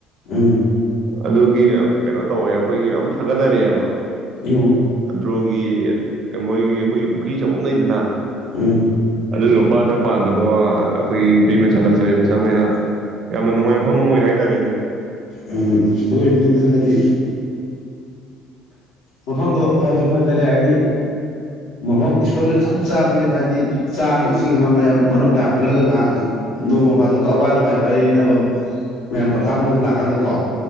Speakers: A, on the left; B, on the right.
A: ꯎꯝ
B: ꯑꯗꯨꯒꯤ ꯀꯩꯅꯣ ꯇꯧꯋꯦ ꯑꯈꯣꯏꯒꯤ ꯃꯌꯥꯝ ꯊꯥꯒꯠꯅꯔꯛꯑꯦꯕ
A: <unintelligible>
B: ꯗ꯭ꯔꯣꯒꯤ ꯀ ꯃꯣꯏꯒꯤ ꯑꯈꯣꯏꯒꯤ ꯄꯨꯈ꯭ꯔꯤ ꯆꯧꯕꯑꯝ ꯂꯩꯗꯅ
A: ꯎꯝ
B: ꯑꯗꯨꯒꯤ ꯃꯄꯥꯟꯗ ꯄꯥꯟꯕꯗꯣ ꯑꯈꯣꯏꯒꯤ ꯅꯨꯄꯤ ꯃꯆꯥ ꯂꯩꯁꯥꯕꯤ ꯃꯆꯥ ꯃꯌꯥꯝ ꯌꯥꯝꯅ ꯅꯨꯡꯉꯥꯏꯕ ꯃꯐꯝ ꯑꯃ ꯑꯣꯏ ꯍꯥꯏ ꯇꯥꯔꯦꯅꯦ
A: ꯑꯝ ꯑꯣꯏꯕꯅꯤꯗ ꯍꯥꯏꯗꯤ ꯃꯐꯝꯗꯣ ꯐꯖꯨ ꯐꯖꯔꯦ ꯍꯥꯏꯗꯤ ꯃꯐꯝ ꯏꯁꯄꯣꯠꯇꯨ ꯆꯞ ꯆꯥꯕꯅꯦꯕ ꯍꯥꯏꯗꯤ ꯆꯥ ꯑꯃ ꯏꯁꯤꯡ ꯑꯃ ꯃꯌꯥꯝ ꯃꯔꯨꯞ ꯃꯌꯥꯝ ꯄꯨꯜꯂꯒ ꯉꯥꯍꯥꯛ ꯅꯣꯡꯃ ꯐꯥꯗꯣꯛꯀ ꯑꯋꯥ ꯅꯨꯡꯉꯥꯏ ꯋꯥꯔꯤ ꯂꯤꯅꯕꯝ ꯃꯌꯥꯝ ꯄꯣꯊꯥꯕꯝ ꯒ ꯂꯥꯛꯀꯥꯟꯗꯀꯣ